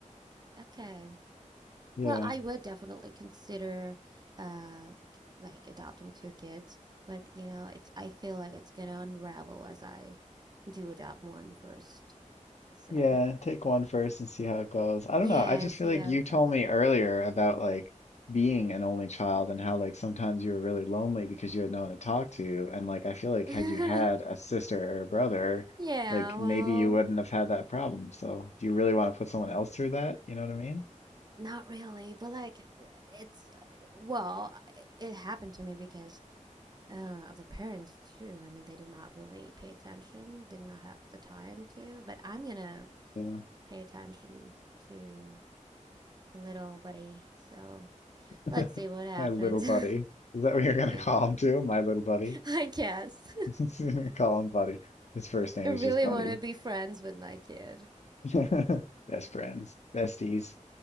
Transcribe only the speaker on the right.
Okay.
Well, I would definitely consider uh like adopting two kids, but you know, it's I feel like it's gonna unravel as I do adopt one first. So,
yeah,
see
how
it
goes.
<laughs>
Yeah,
well,
not really, but like it's well, it it happened to me because uh of the parents too. I mean, they did not really pay attention, did not have the time to, but I'm gonna
pay attention to little buddy. So
let's see what happens.
<laughs>
yeah,
I guess.
<laughs>
I really
want to be friends with my kid.